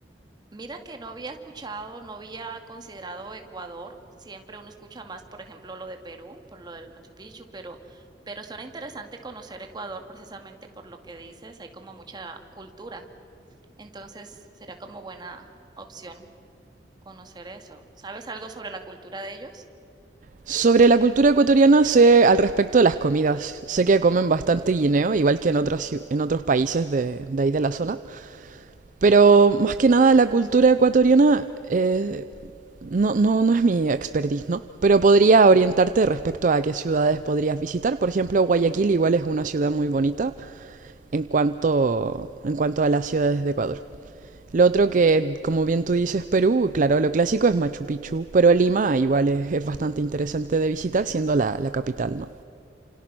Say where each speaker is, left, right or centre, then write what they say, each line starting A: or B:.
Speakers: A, on the right; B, on the right.
A: Mira que no había escuchado, no había considerado Ecuador. Siempre uno escucha más, por ejemplo, lo de Perú, por lo del Machu Picchu, pero, pero suena interesante conocer Ecuador precisamente por lo que dices, hay como mucha cultura. Entonces, sería como buena opción conocer eso. ¿Sabes algo sobre la cultura de ellos?
B: Sobre la cultura ecuatoriana sé al respecto de las comidas. Sé que comen bastante guineo, igual que en otras, ciu- en otros países de, de ahí de la zona. Pero más que nada la cultura ecuatoriana eh, no, no, no es mi expertise, ¿no? Pero podría orientarte respecto a qué ciudades podrías visitar. Por ejemplo, Guayaquil igual es una ciudad muy bonita, en cuanto, en cuanto a las ciudades de Ecuador. Lo otro que, como bien tú dices, Perú, claro, lo clásico es Machu Picchu, pero Lima igual es, es bastante interesante de visitar siendo la, la capital, ¿no?